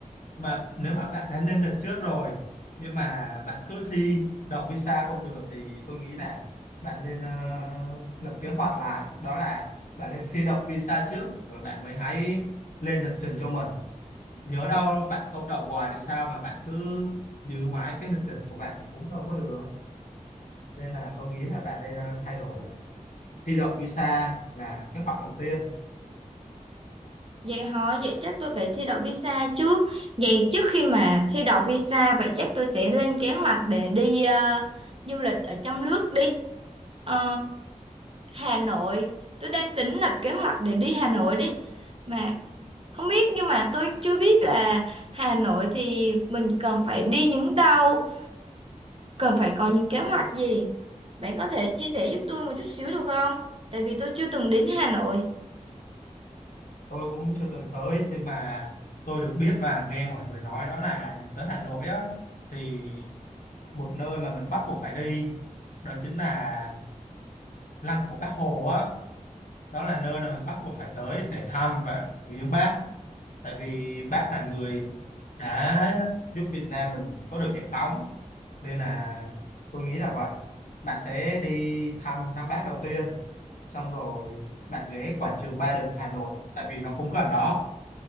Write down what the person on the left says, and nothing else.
mà nếu mà bạn đã lên lịch trước rồi nhưng mà bạn cứ thi đậu visa không được thì tôi nghĩ là bạn nên ờ, lập kế hoạch lại đó là bạn nên thi đậu visa trước rồi bạn mới hãy lên lịch trình cho mình nhớ đâu bạn không đậu hoài thì sao mà bạn cứ giữ mãi cái lịch trình của bạn thì cũng đâu có được nên là tôi nghĩ là bạn nên ờ, thay đổi thi đậu visa là kế hoạch đầu tiên
tôi cũng chưa từng tới nhưng mà tôi được biết và nghe mọi người nói đó là tới Hà Nội á thì một nơi mà mình bắt buộc phải đi đó chính là Lăng của Bác Hồ á đó là nơi mà mình bắt buộc phải tới để thăm và viếng bác tại vì bác là người đã giúp Việt Nam mình có được giải phóng nên là tôi nghĩ là vậy bạn sẽ đi thăm Lăng Bác đầu tiên xong rồi bạn ghé quảng trường Ba Đình Hà Nội tại vì nó cũng gần đó